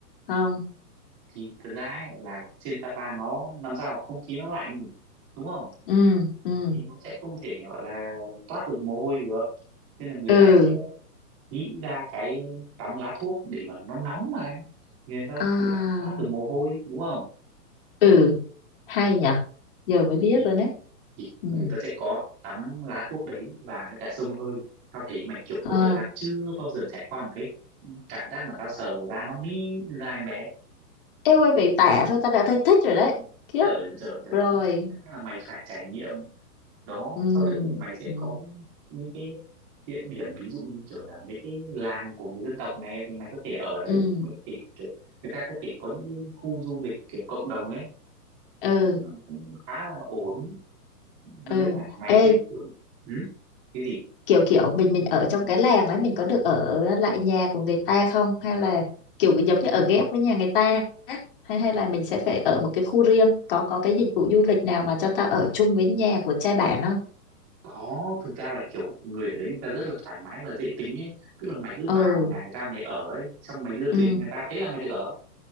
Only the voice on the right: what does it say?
thì thật ra ấy, là trên Sapa nó làm sao không khí nó lạnh đúng không
thì nó sẽ không thể gọi là toát được mồ hôi được nên là người
ta sẽ nghĩ ra cái tắm lá thuốc để mà nó nóng mà người ta
người ta phải thoát từ mồ hôi đúng không
thì,
thì
người ta sẽ có tắm lá thuốc đấy và nó cả xông hơi tao thấy mày kiểu cuộc
đời tao chưa bao giờ trải qua một cái cảm giác mà tao sờ vào da nó mi ra em bé
trời trời trời
chắc chắn là mày phải trải nghiệm đó
sau đấy thì mày sẽ
có những cái địa điểm ví dụ như kiểu là mấy cái làng của người dân tộc này thì mày có thể ở đấy
mày có thể kiểu người ta có thể có những cái khu du lịch kiểu cộng đồng ấy
nói chung là cũng khá là ổn nhưng
mấy cả mày
sẽ kiểu ừ? cái gì
Cứ-
có thực ra là kiểu người ở đấy người ta rất là thoải mái và dễ tính ấy tức là mày cứ vào
nhà người ta mày ở ấy xong mày đưa
tiền người ta thế là mày được ở